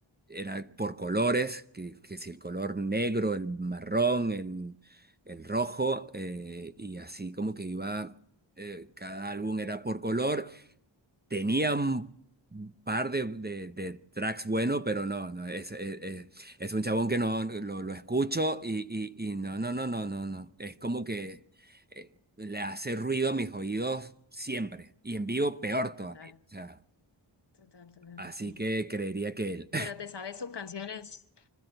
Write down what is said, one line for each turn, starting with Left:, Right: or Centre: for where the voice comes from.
Right: era por colores, que, que si el color negro, el marrón, el, el rojo, eh, y así como que iba, eh, cada álbum era por color Tenía un par de, de- de tracks buenos, pero no, no es, es, es- es un chabón que no lo, lo escucho y, y, y no, no, no, no, no, no. Es como que eh, le hace ruido a mis oídos siempre y en vivo peor
Left: Total,
Right: todavía. O sea,
Left: total, total,
Right: así
Left: sí.
Right: que creería que él.
Left: Pero te sabes sus canciones.